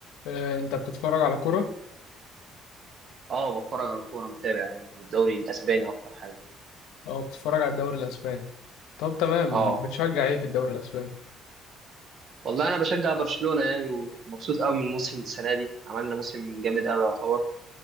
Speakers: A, on the left (about 80°); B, on the right (about 55°).
A: آه، انت بتتفرج على كرة
B: اه بتفرج على الكوره متابع يعني الدوري الاسباني اكتر حاجه
A: او بتتفرج على الدوري الاسباني طب تمام
B: اه
A: بتشجع ايه في الدوري الاسباني
B: والله انا بشجع برشلونه يعني ومبسوط قوي من موسم السنه دي عملنا موسم جامد قوي يعتبر